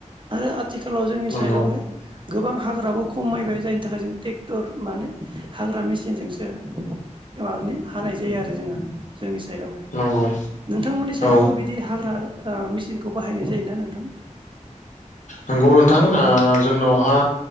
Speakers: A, on the right; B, on the left.
A: आरो आथिखालाव जोंनि
B: नंगौ
A: साइडआवहाय गोबां हाग्राबो खमायबाय जायनि थाखाय जों ट्रेक्टर माने हाग्रा मेसिनजोंसो माबानि हानाय जायो आरो जोङो जोंनि साइडआवहाय
B: नंगौ
A: नोंथांमोननि साइडआवबो
B: औ
A: बिदि हाग्रा मेसिनखौ बाहाय बाहायनाय जायोना नोंथां
B: नंगौ नोंथां ओ जोंनावहा